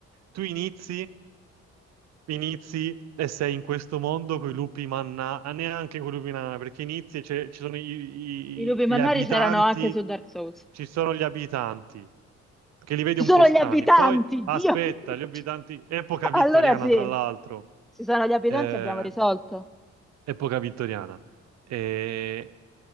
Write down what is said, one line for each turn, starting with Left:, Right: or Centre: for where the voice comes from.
Right: tu inizi inizi e sei in questo mondo con i lupi manna, ah, neanche con i lupi nana, perché inizi e c'è- ci sono i- i-
Centre: I lupi mannari
Right: gli abitanti,
Centre: c'erano anche su Dark Souls.
Right: ci sono gli abitanti, che li vedi
Centre: Ci
Right: un
Centre: sono
Right: po' strani.
Centre: gli abitanti,
Right: Poi, aspetta,
Centre: Dio mio!
Right: gli abitanti, epoca
Centre: <laughs>
Right: vittoriana
Centre: Allora sì,
Right: tra l'altro,
Centre: ci sono gli abitanti,
Right: eh,
Centre: abbiamo risolto.
Right: epoca vittoriana. Eh,